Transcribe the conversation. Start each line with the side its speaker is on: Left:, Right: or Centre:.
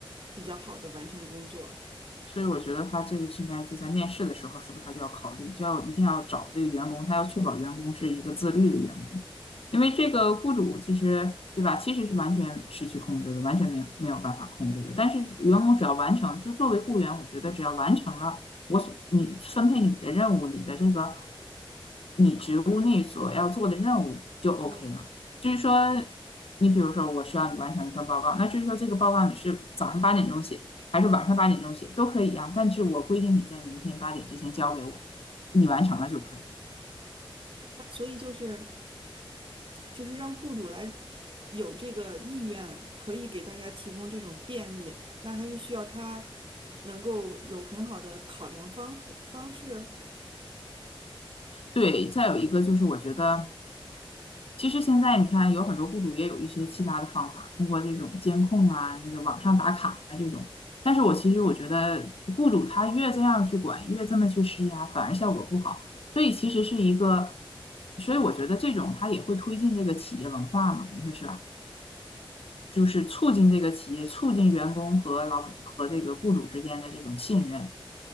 Right: 比较好的完成工作。
Left: 所以我觉得他这个是应该就在面试的时候，是不是他就要考虑，就要一定要找这个员工，他要确保员工是一个自律的员工，因为这个雇主其实对吧，其实是完全失去控制的，完全没有没有办法控制的。但是员工只要完成，就作为雇员，我觉得只要完成了我所你分配你的任务，你的这个你职务内所要做的任务就
Right: 嗯。
Left: OK 了。就是说，你比如说我需要你完成一份报告，那就是说这个报告你是早上八点钟写。还是晚上八点钟写都可以呀、但是我规定你在明天八点之前交给我，你完成了就可以。
Right: 那所以就是就是让雇主来有这个意愿，可以给大家提供这种便利，那还是需要他能够有很好的考量方和方式。
Left: 对，再有一个就是我觉得，其实现在你看有很多雇主也有一些其他的方法，通过这种监控啊、那个网上打卡呀、这种。但是我其实我觉得，
Right: 嗯，
Left: 雇主他越这样去管，越这么去施压，反而效果不好。所以其实是一个，所以我觉得这种他也会推进这个企业文化嘛，你说是吧？就是促进这个企业、促进员工和老和这个雇主之间的这种信任，